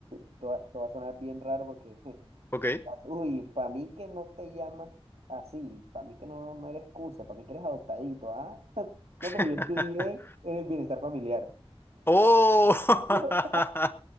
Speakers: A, on the right; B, on the left.
A: esto va, esto va a sonar bien raro porque, <laughs>
B: Ok.
A: uy, para mí que no te llamas así, para mí que no, no eres excusa, para mí que eres adoptadito, ¿ah? <laughs> No,
B: <laughs>
A: pero yo estudié en el bienestar familiar.
B: ¡Oh!
A: <laughs> Yo-
B: <laughs>